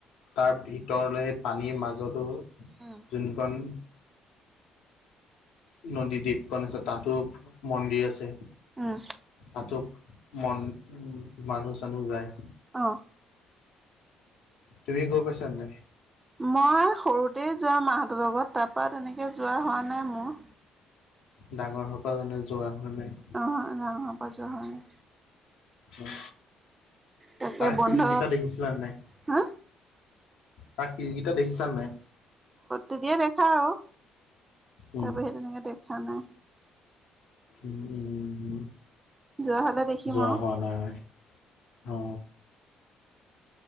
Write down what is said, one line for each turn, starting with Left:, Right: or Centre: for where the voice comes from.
Left: তাৰ ভিতৰলে পানীৰ মাজতো
Right: উম
Left: যোনখন। নদী দ্বীপ খন আছে তাতো মন্দিৰ আছে
Right: উম
Left: তাত। মন উ মানুহ চানুহ যায়।
Right: অঁ
Left: তুমি গৈ পাইছা নে নাই।
Right: মই সৰুতেই যোৱা মাহঁতৰ লগত তাৰপৰা তেনেকে যোৱা হোৱা নাই মোৰ।
Left: ডাঙৰ হোপা জনে যোৱা হোৱা নাই।
Right: অ নাই আমাৰ যোৱা হোৱা নাই।
Left: উম
Right: তাকে
Left: তাইৰ
Right: বন্ধ
Left: শিলগিতা দেখিছিলা নাই?
Right: হা
Left: তা শিলকিটা দেখিছা নাই?
Right: তিকে দেখা আৰু
Left: উম
Right: তাৰ বাহিৰে তেনেকে দেখা নাই।
Left: উম উম
Right: যোৱা হলে দেখিম
Left: যোৱা
Right: আৰু
Left: হোৱা নাই অ।